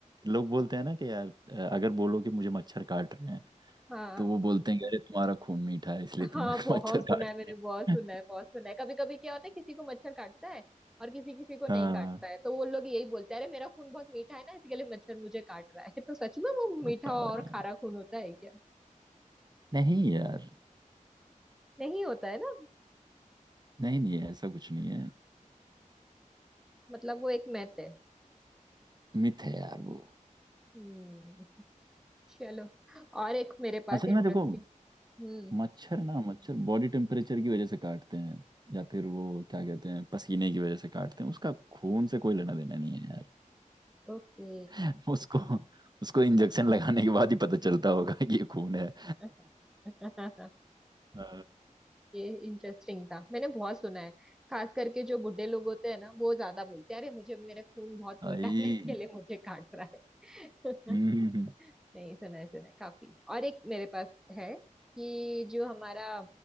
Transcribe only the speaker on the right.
लोग बोलते हैं ना कि यार अ, अगर बोलो कि मुझे मच्छर काट रहे हैं
तो वो बोलते हैं कि अरे तुम्हारा खून मीठा है इसलिए तुम्हें
<laughs>
मच्छर
काटते
हैं
हाँ
बताओ
यार
नहीं यार
नहीं नहीं ऐसा कुछ नहीं है
मिथ है यार वो
असल
में देखो
मच्छर ना मच्छर बॉडी टेम्परेचर की वजह से काटते हैं या फिर वो क्या कहते हैं पसीने की वजह से काटते हैं उसका खून से कोई लेना देना नहीं है यार
<laughs> उसको उसको इंजेक्शन लगाने के बाद ही पता चलता होगा कि ये खून है
अ,
आई
हम्म
हम्म,